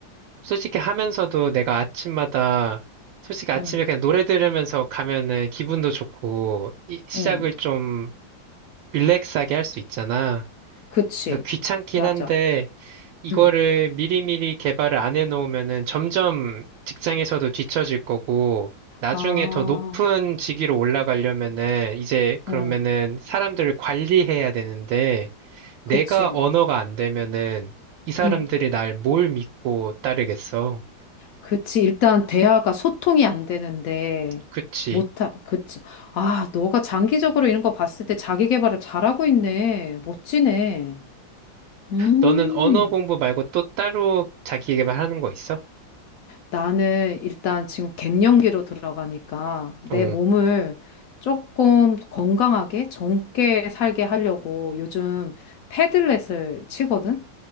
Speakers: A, on the right (about 80°); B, on the left (about 75°).
A: 솔직히 하면서도 내가 아침마다, 솔직히 아침에
B: 응,
A: 그냥 노래 들으면서 가면은 기분도 좋고, 이- 시작을
B: 응,
A: 좀 릴렉스하게 할 수 있잖아.
B: 그치.
A: 그래서 귀찮긴
B: 맞아.
A: 한데, 이거를
B: 응.
A: 미리미리 개발을 안 해놓으면은 점점 직장에서도 뒤처질 거고, 나중에
B: 아,
A: 더 높은 직위로 올라가려면은, 이제 그러면은
B: 응,
A: 사람들을 관리해야 되는데, 내가
B: 그치.
A: 언어가 안 되면은, 이 사람들이
B: 응,
A: 날 뭘 믿고 따르겠어?
B: 그치. 일단 대화가 소통이 안 되는데
A: 그치.
B: 못하, 그치. 아, 너가 장기적으로 이런 거 봤을 때 자기 개발을 잘하고 있네. 멋지네. 음.
A: 너는 언어 공부 말고 또 따로 자기 개발하는 거 있어?
B: 나는 일단 지금 갱년기로 들어가니까 내
A: 어,
B: 몸을 조금 건강하게 젊게 살게 하려고 요즘 패들렛을 치거든?